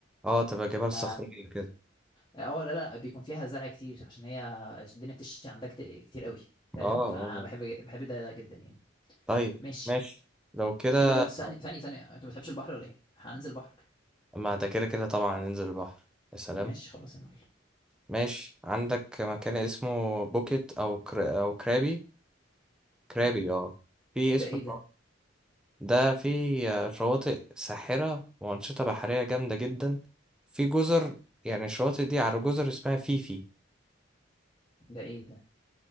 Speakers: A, in the centre; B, on the left (about 20°).
A: اه تبقى جبال
B: ف
A: صخرية كده
B: اه لا لا بيكون فيها زرع كتير عشان هي الدنيا بتشتي عندها كت- كتير قوي فاهم
A: اه
B: فانا
A: اه
B: بحب بحب ده جدا يعني
A: طيب
B: ماشي
A: ماشي لو كده
B: وثانية ثانية ثانية انت ما بتحبش البحر ولا ايه؟ هننزل بحر
A: ما ده كده كده طبعا ننزل البحر يا سلام
B: ماشي خلاص يا معلم
A: ماشي عندك مكان اسمه بوكيت أو كرا... أو كرابي كرابي
B: خلاص.
A: اه في
B: ده
A: اسم
B: ايه ده؟
A: ده في شواطئ ساحرة وأنشطة بحرية جامدة جدا في جزر يعني الشواطئ دي على جزر اسمها فيفي
B: ده ايه ده؟